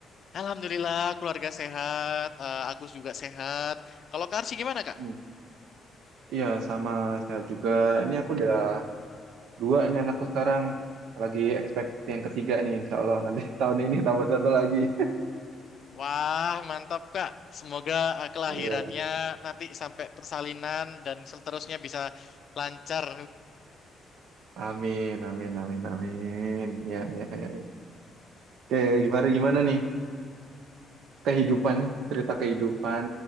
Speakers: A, on the left; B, on the right.
A: Alhamdulillah keluarga sehat, Eh, aku juga sehat. Kalau Kak Arsy gimana Kak?
B: Hmm. Iya, sama sehat juga. Ini aku udah dua ini anakku sekarang. Lagi expect yang ketiga nih, insya Allah. Nanti <laughs> tahun ini tambah satu lagi. <laughs>
A: Wah mantap Kak. Semoga eh, kelahirannya
B: Iya.
A: nanti sampai persalinan dan seterusnya bisa lancar.
B: Amin, amin, amin, amin. Ya, ya, ya. Oke, Gifari gimana nih? kehidupan, cerita kehidupan